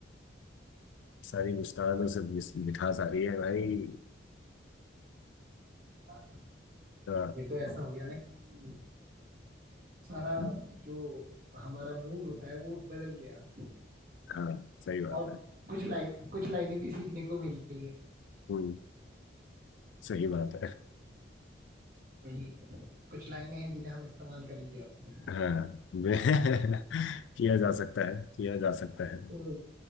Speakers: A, on the left; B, on the right.
A: सारी मुस्कानों से मिस- मिठास आ रही है भाई
B: वाह,
A: तो,
B: ये तो ऐसा हो गया ना कि सारा
A: हाँ
B: जो हमारा मूड होता है वो बदल गया
A: हाँ, सही बात
B: और
A: है
B: कुछ लाइन कुछ लाइनें भी सीखने को मिली हैं
A: हम्म, सही बात है
B: वही कुछ लाइनें हैं जिन्हें हम इस्तेमाल करेंगे अब
A: हाँ वे- <laughs> किया जा सकता है किया जा सकता है
B: तो